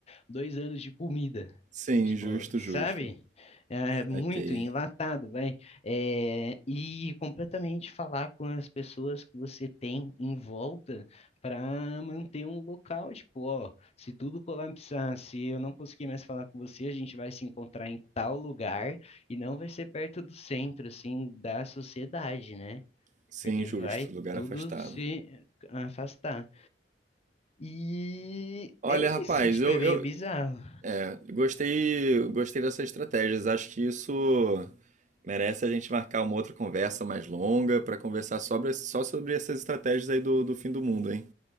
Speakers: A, on the left; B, on the right.
A: dois anos de comida.
B: Sim,
A: Tipo,
B: justo,
A: sabe?
B: justo.
A: É
B: Saquei.
A: é muito enlatado, vai. É, e completamente falar com as pessoas que você tem em volta para manter um local. Tipo, ó, se tudo colapsar, se eu não conseguir mais falar com você, a gente vai se encontrar em tal lugar e não vai ser perto do centro, assim, da sociedade, né?
B: Sim,
A: Porque
B: justo.
A: vai
B: Lugar
A: tudo
B: afastado.
A: se afastar. E
B: Olha,
A: é
B: rapaz,
A: isso, tipo,
B: eu,
A: é meio
B: eu
A: bizarro.
B: é, gostei, gostei dessas estratégias. Acho que isso merece a gente marcar uma outra conversa mais longa para conversar sobre, só sobre essas estratégias aí do, do fim do mundo, hein?